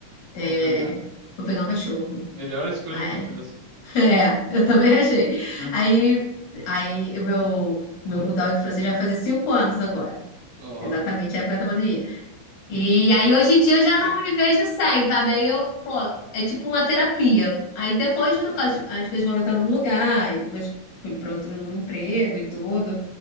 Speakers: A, on the left (about 85°); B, on the right (about 55°).
A: é,
B: Vou pegar.
A: vou pegar um cachorro.
B: Melhor escolha
A: Ah,
B: que tu fez,
A: É, <laughs> é, eu também achei.
B: né?
A: Aí, aí o meu, meu bulldog francês vai fazer cinco anos agora,
B: Ó.
A: exatamente a época da pandemia. E aí hoje em dia eu já não me vejo sem, sabe? Aí eu, pô, é tipo uma terapia. Aí depois no- as, as coisas vão entrando no lugar, e depois fui para outro emprego e tudo,